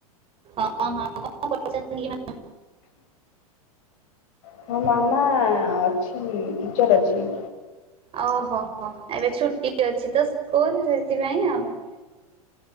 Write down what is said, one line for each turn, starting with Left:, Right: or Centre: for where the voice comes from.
Right: <unintelligible>
Left: ହଁ ମାମା ଅଛି ଟିଚରର୍ ଅଛି।
Right: ଓହୋ ହୋ ଏବେ ଛୁଟି ଅଛି ତ ସ୍କୁଲ ସେଥିପାଇଁ ଆଉ।